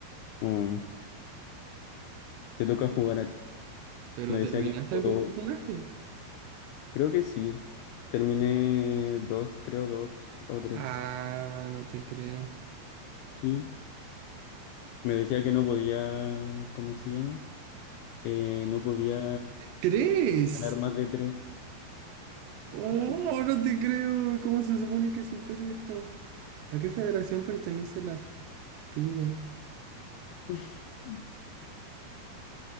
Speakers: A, on the left (about 85°); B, on the right (about 80°).
A: Mm, te toca
B: Pero
A: jugar a ti.
B: pero
A: Me decía
B: terminaste
A: que no puedo.
B: algún personaje.
A: Creo que sí. Terminé dos, creo, dos o tres.
B: Ah, no te creo.
A: Sí. Me decía que no podía. ¿Cómo se llama? Eh, no podía
B: ¡Tres!
A: ganar más de tres.
B: ¡Oh,
A: Sí, pues.
B: no te creo! ¿Cómo se supone que supere esto? ¿A qué federación pertenece la FIDE?
A: <laughs>